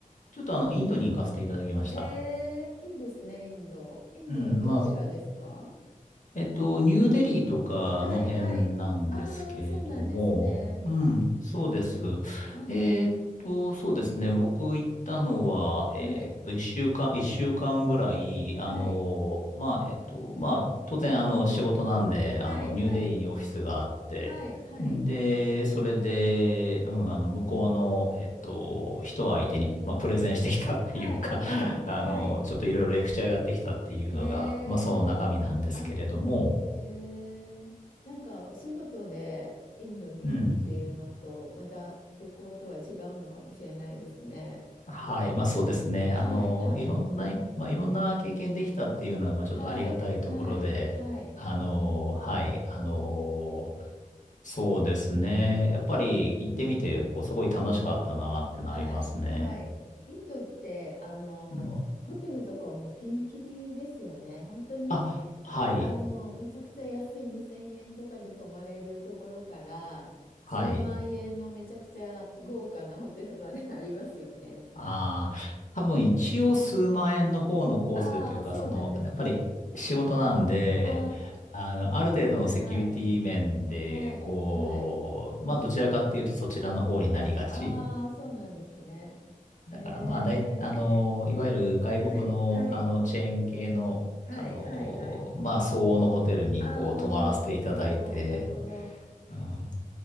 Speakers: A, on the left; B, on the left.
A: ちょっとあの、インドに行かせていただきました。
B: えーいいですね、インド。インド、
A: うん、
B: どちらですか
A: まあ、えっと、ニューデリーとかあの辺なんですけれども、
B: はい、はい、ああ、そうなんですね。
A: うん、そうです。
B: はい、
A: えっと、そうですね。僕行ったのは、えっと、
B: はい、
A: 一週間、一週間ぐらい、あの、
B: はい、
A: まあ、えっと、まあ、当然、あの、仕事なんで、
B: はい、
A: あの、ニューデリーにオフィスがあって、
B: はい、はい、はい、
A: で、それで、うん、あの、向こうの、えっと、人相手に、まあ、プレゼンしてきたっていうか、
B: はい、はい、
A: あの、
B: はい
A: ちょっといろいろレクチャーをやってきたっていうのが、
B: えー、
A: まあその中身なんですけれども、
B: あ、えー、なんかお仕事でインドに行くっていうのと、
A: うん。
B: また旅行とは違うのかもしれないですね。
A: はい。まあそうですね。
B: なん、はい、
A: あの、
B: はい、
A: いろんな、まあいろんな経験できたっていうのは、まあちょっとありがたいところで、
B: はい、はい、はい。
A: あの、はい。あの、そうですね。やっぱり行ってみて、こう、すごい楽しかったなってのはありますね。
B: はい、はい。インドって、あの、
A: うん。
B: ホテルとかもピンキリですよね。本当に、
A: あ、はい。
B: あの、めちゃくちゃ安い2000円とかで泊まれるところから、数万円のめちゃくちゃ豪華なホテルまで
A: はい。
B: <laughs> ありますよね。
A: ああ、多分一応数万円の方のコースでというか、
B: ああ、そうなんですね。
A: その、やっぱり仕事なんで、
B: あ
A: あの、ある程度のセキュリティ面で、
B: あ、はい、はい、はい、
A: こう、
B: はい。
A: まあ、どちらかっていうとそちらの方になりがち。
B: ああ、そうなんですね。
A: だからまあ、
B: えー、
A: だい、あの、いわゆる外国の、
B: はい、はい、
A: あの、チェーン系の、
B: はい、
A: あの、
B: はい、はい。
A: まあ、相応のホテルに、
B: ああ、
A: こう、泊まらせていただいて、
B: なるほど、なるほど。
A: うん、ま